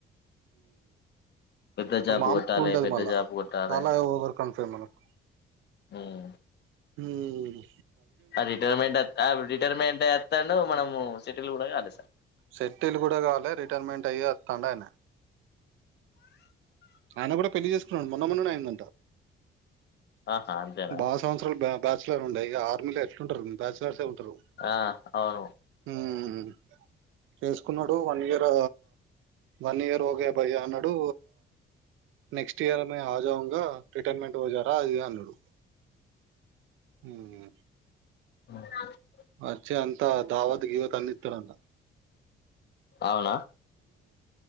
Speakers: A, on the left; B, on the right.
A: పెద్ద జాబ్
B: ఆ మామూలుగా
A: కొట్టాలి
B: ఉండదు
A: పెద్ద
B: మళ్ళా
A: జాబ్ కొట్టాలి
B: చాలా ఓవర్కాన్ఫిడెన్స్ మనకు
A: ఉమ్
B: ఉమ్
A: ఆ రిటైర్మెంట్ రిటైర్మెంట్ ఎస్తాండు మనము సెటిల్ కూడా కలేదు
B: సెట్టిల్ కూడా కాలే రిటైర్మెంట్ అయ్యి అత్తండు అన్నా ఆయన కూడా పెళ్ళి చేసుకున్నాడు మొన్న మొన్ననే అయిందంట.
A: ఆహా అంతేనా
B: బాగా సంవత్సరాలు బ్యా బ్యాచలర్ ఉండే ఇక ఆర్మీలో ఎట్లుంటరు. బ్యాచలర్స్ ఏ ఉంటరు.
A: ఆ అవును
B: మ్మ్ చేసుకున్నాడు వన్ ఇయర్ వన్ ఇయర్ గే భయ అన్నాడు నెక్స్ట్ ఇయర్ ఆజావంగాగా రిటైర్మెంట్ ఓజారా అది ఇది అన్నాడు మ్మ్
A: మ్
B: వచ్చే అంతా దావద్ గివత్ అన్నిత్తారంట
A: అవునా